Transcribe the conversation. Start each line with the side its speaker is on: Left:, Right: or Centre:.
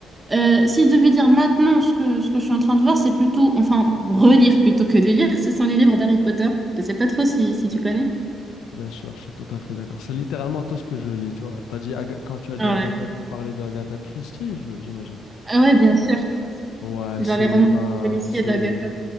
Right: Euh, si je devais dire maintenant ce que, ce que je suis en train de voir, c'est plutôt, enfin, relire plutôt que de lire, ce sont les livres d'Harry Potter. Je sais pas trop si, si tu connais.
Left: Bien sûr, je suis tout à fait d'accord. C'est littéralement tout ce que je lis, tu vois. T'as dit Aga- Quand tu as dit
Right: Ouais.
Left: Agatha, tu parlais de Agatha Christie, je- j'imagine.
Right: Ah ouais, bien sûr.
Left: Ouais,
Right: Genre
Left: c'est
Right: les romans
Left: ben
Right: policiers
Left: c'est
Right: d'Agatha.